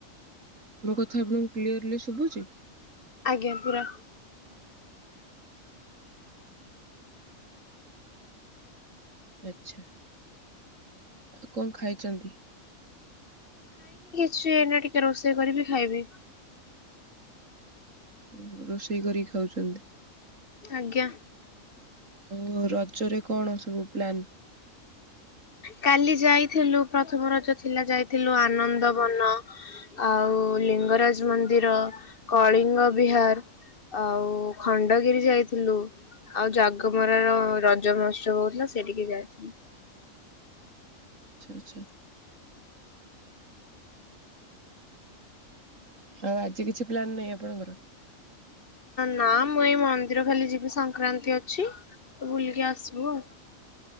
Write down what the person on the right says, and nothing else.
ମୋ କଥା ଆପଣଙ୍କୁ କ୍ଲିୟରଲି ଶୁଭୁଚି?
ଆଚ୍ଛା ଆଉ କଣ ଖାଇଛନ୍ତି?
ଓହୋ ରୋଷେଇ କରିକି ଖାଉଚନ୍ତି।
ଆ ରଜରେ କଣ ସବୁ ପ୍ଲାନ୍?
ଆଚ୍ଛା ଆଚ୍ଛା। ଆଉ ଆଜି କିଛି ପ୍ଲାନ ନାହିଁ ଆପଣଙ୍କର?